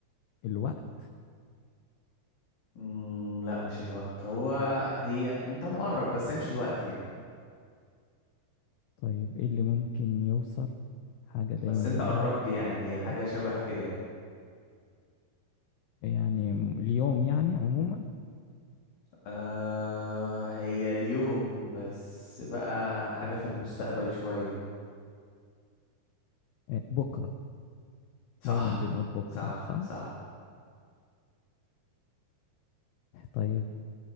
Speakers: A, on the left; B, on the left.
A: الوقت
B: مم، لا مش الوقت هو هي انت مقرب بس هي مش الوقت يعني
A: طيب إيه اللي ممكن يوصل حاجة دايما
B: بس انت
A: جاية
B: قربت يعني هي حاجة
A: لا
B: شبه كده يعني
A: يعني م- اليوم يعني عموما
B: آه هي اليوم بس بقى حاجة في المستقبل شوية
A: آه، بكرة
B: صح
A: دايما بنقول بكرة
B: صح
A: صح
B: صح
A: طيب